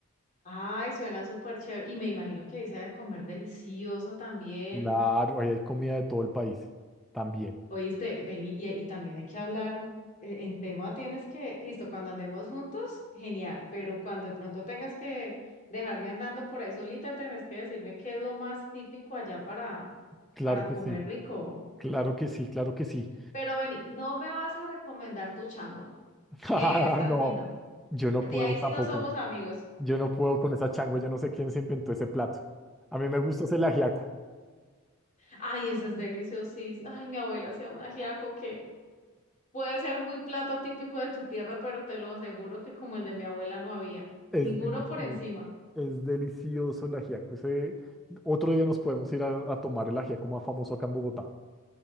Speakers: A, on the left; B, in the centre.
A: Ay, suena súper chévere. Y me imagino que ahí se ha de comer delicioso también.
B: Claro, ahí hay comida de todo el país también.
A: Oíste, vení, y, y también hay que hablar eh, en tema, tienes que, listo, cuando andemos juntos, genial, pero cuando de pronto tengas que dejarme andando por ahí solita, tenés que decirme qué es lo más típico allá para,
B: Claro
A: para
B: que
A: comer
B: sí,
A: rico.
B: claro que sí, claro que sí.
A: Pero vení, no me vas a recomendar tu changua,
B: <laughs>
A: esa
B: No,
A: sí no.
B: yo no
A: De
B: puedo
A: ahí
B: tampoco.
A: sí no somos amigos.
B: Yo no puedo con esa changua, yo no sé quién se inventó ese plato. A mí me gusta ese ajiaco,
A: Ay, eso es deliciosísimo. Ay, mi abuela hacía un ajiaco que puede ser muy plato típico de tu tierra, pero te lo aseguro que como el de mi abuela no había.
B: es
A: Ninguno
B: delicioso,
A: por encima.
B: es delicioso el ajiaco. Ese... Otro día nos podemos ir a, a tomar el ajiaco más famoso acá en Bogotá.